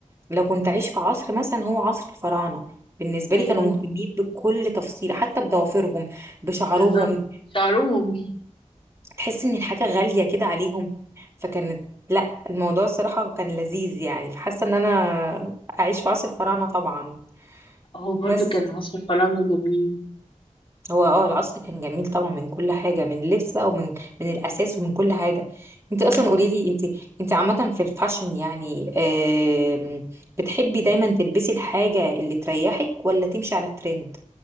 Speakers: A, on the right; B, on the left.
A: لو كنت عايش في عصر مثلا هو عصر الفراعنه بالنسبه
B: ايوه
A: لي كانوا مهتمين بكل تفصيله حتى بضوافرهم بشعرهم
B: بالظبط شعرهم
A: تحس ان الحاجة غالية كده عليهم فكانت لا الموضوع الصراحة كان لذيذ يعني فحاسة ان انا اعيش في عصر الفراعنة طبعا
B: هو برضو
A: بس
B: كان عصر الفراعنه جميل
A: هو اه العصر كان جميل طبعا من كل حاجة من اللبس بقى ومن من الاساس ومن كل حاجة انت اصلا
B: مم.
A: قولي لي انت انت عامة في الفاشن يعني آم، بتحبي دايما تلبسي الحاجة اللي تريحك ولا تمشي على الترند